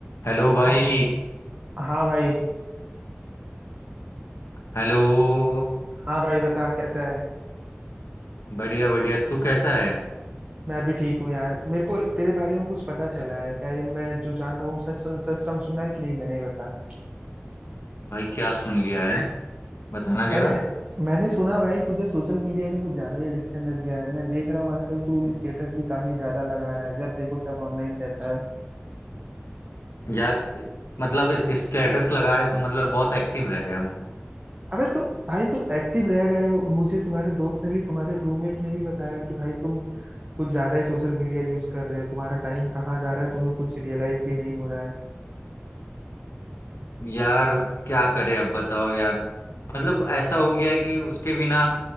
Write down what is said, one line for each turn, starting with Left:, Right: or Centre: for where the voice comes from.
Left: हेलो भाई
Right: हाँ हाँ भाई
Left: हेलो
Right: हाँ भाई बता कैसा है
Left: बढ़िया बढ़िया तू कैसा है
Right: मैं भी ठीक हूँ यार मेरे को तेरे बारे में कुछ पता चला है क्या ये मैं जो जान रहा हूँ सच सच सब सुना है कि नहीं मैंने बता
Left: भाई क्या सुन लिया है बताना
Right: मैंने
Left: जरा
Right: मैंने सुना भाई तुझे सोशल मीडिया का कुछ ज्यादा ही एडिक्शन लग गया है मैं देख रहा हूँ आजकल तू स्टेटस भी काफी ज्यादा लगा रहा है जब देखो तब ऑनलाइन रहता है
Left: यार मतलब स्टेटस लगा रहे तो मतलब बहुत एक्टिव रह रहे हम
Right: अबे तो भाई तुम एक्टिव रह रहे हो मुझे तुम्हारे दोस्त ने भी तुम्हारे रूममेट ने भी बताया कि भाई तुम कुछ ज्यादा ही सोशल मीडिया यूज कर रहे हो तुम्हारा टाइम कहाँ जा रहा है तुम्हें कुछ रियलाइज भी नहीं हो रहा है
Left: यार क्या करें अब बताओ यार मतलब ऐसा हो गया है कि उसके बिना